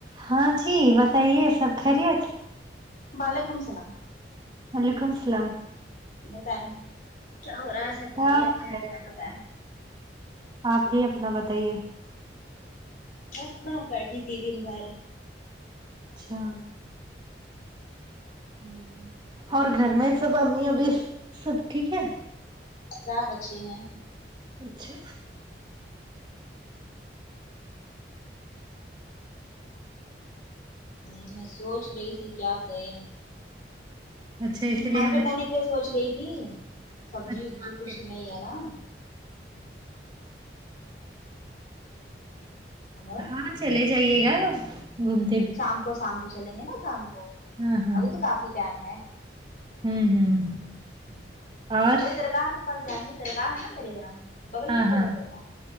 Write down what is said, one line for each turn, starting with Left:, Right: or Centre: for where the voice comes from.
Right: ہاں جی بتائیے سب خریت
Left: وعلیکم سلام
Right: وعلیکم سلام
Left: بتایے کیا ہو رہا ہے
Right: سب
Left: خیریت ہے
Right: خیریٹ
Left: اپنا بتائیں
Right: ہے آپ بھی اپنا بتائیے
Left: بس میں بیٹھی تھی دن بھر
Right: اچھا
Left: ہوں
Right: اور گھر میں سب امی ابھی سب ٹھیک ہے
Left: سب اچھے ہیں
Right: اچھا
Left: نہیں میں سوچ رہی تھی کیا کریں
Right: اچھا اسی لیے
Left: مارکٹ
Right: ہمیں
Left: جانے کے سوچ رہی تھی سبجی
Right: اچھی
Left: وبجی
Right: مارکیٹ،
Left: کچھ نہیں ہے نا ہلو
Right: ہاں چلے جائیے گا گوم
Left: شام کو شام کو چلیں گے نا شام کو
Right: ہاں ہاں
Left: ابھی تو کافی ٹائم ہے
Right: ہوں ہوں
Left: ہوں
Right: اور
Left: وہی درگاہ کے پاس جائیں گے درگاہ ہے نا میرے یہاں بغل
Right: ہاں
Left: میں تو
Right: ہاں
Left: ہے درگاہ